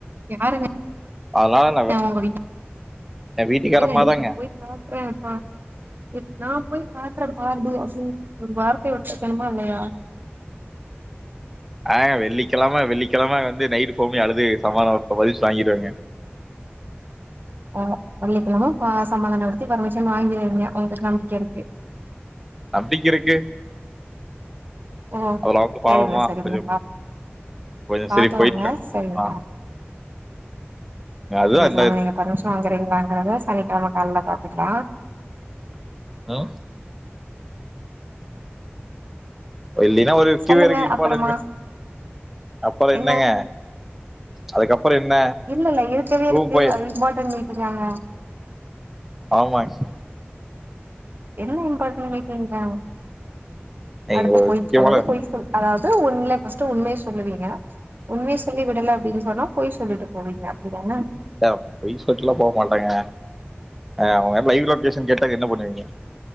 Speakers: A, on the right; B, in the centre.
A: யாருங்கங்க
B: அதனால நான்
A: ஒங்க வீட்
B: என் வீட்டுக்காரமா
A: ஏங்க நீங்க
B: தாங்க
A: போய் <inaudible> நா போய் பாத்ர பா அப்டி ஒரு வார்த்தய விட்டுருக்கணுமா இல்லயா
B: அ வெள்ளி வெள்ளிக்கெழம வெள்ளிக்கெழம வந்து நைட்டு போமி அழுது சமாதான ப்பரிஸ் வாங்கிருவாங்க
A: ஓ வெள்ளிக்கெழம சமாதானப்படுத்தி பர்மிஷன் வாங்கிறுவிங்க உங்ளுக்கு நம்பிக்க இருக்கு
B: அப்டிக் இருக்கு
A: ஓ
B: அதுல அவங்க
A: சேரிங்க
B: பாவமா
A: செரிங்க
B: கொஞ்சம் கொஞ்சம்
A: பாக்கலாங்க
B: சரி போயிட்டு
A: செரிங்கா
B: ஆ அதுதான்
A: வெள்ளிக்கெழம
B: இந்த
A: நீங்க பர்மிஷன் வாங்குறீங்களாங்கத சனி கெழம கால்ல பாத்துக்லா
B: நோ இல்லினா ஒரு
A: சொல்லுங்க
B: கிவே இருக்கு இப்ப
A: அப்பறமா
B: அப்புற
A: என்ன
B: என்னங்க அதுக்கப்புற என்ன
A: இல்ல இல்ல இருக்கவே
B: ரூம்
A: இருக்கு
B: போயி
A: அது இம்பார்ட்டன்ட் மீட்டிங்காங்க
B: ஆமாங்
A: என்ன இம்பார்ட்டன் மீட்டிங் தா
B: நீங்க
A: அடுத்த
B: ஒரு
A: பொய்
B: முக்கியமான
A: அதாவது பொய் சொ அதாவது உண் ஃபர்ஸ்ட்ட் உண்மையை சொல்லுவீங்க உண்மைய சொல்லி விடல அப்டின்னு சொன்னா பொய் சொல்லிட்டு போவீங்க அப்டியானா
B: யாம் பொய் சொல்லிட்டுலா போ மாட்டாங்க அவ்ங்க லைவ் லொகேஷன் கேட்டா என்ன பண்ணுவீங்க